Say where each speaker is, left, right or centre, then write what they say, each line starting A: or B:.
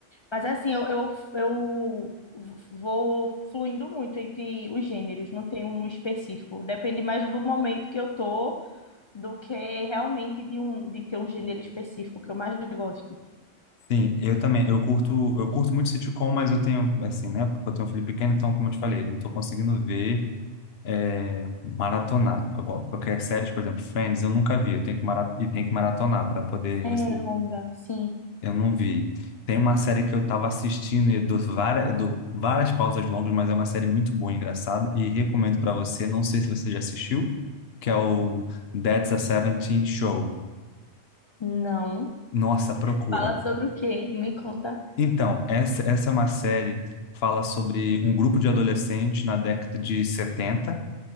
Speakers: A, on the left; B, on the left.
A: Mas, assim, eu, eu, eu vou fluindo muito entre os gêneros, não tenho um específico. Depende mais do momento que eu tô do que realmente de, um, de ter um gênero específico que eu mais gosto.
B: sim, eu também. Eu curto, eu curto muito sitcom, mas eu tenho, assim, né? Porque eu tenho um filho pequeno, então, como eu te falei, não tô conseguindo ver. é, maratonar. Qual- Qualquer série, por exemplo, Friends, eu nunca vi, eu tenho que mara- e tem que maratonar para poder
A: É
B: você.
A: longa, sim.
B: Eu não vi. Tem uma série que eu estava assistindo e dou várias, dou várias pausas longas, mas é uma série muito boa, engraçada, e recomendo para você. Não sei se você já assistiu, que é o That's a Seventeen Show.
A: Não.
B: Nossa, procura.
A: Fala sobre o quê? Me conta.
B: Então, essa, essa é uma série que fala sobre um grupo de adolescentes na década de setenta